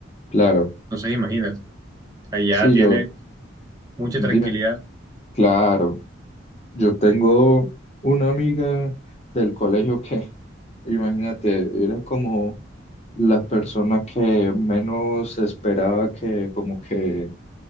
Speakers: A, on the left; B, on the right.
A: Claro,
B: Entonces imagínate, allá
A: sí,
B: tiene
A: yo,
B: mucha
A: dime,
B: tranquilidad.
A: claro, yo tengo una amiga del colegio que, <laughs> imagínate, era como la persona que menos esperaba que como que